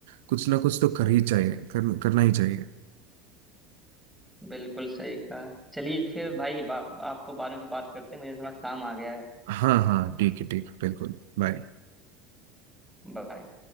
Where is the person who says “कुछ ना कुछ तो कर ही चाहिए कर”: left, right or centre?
Right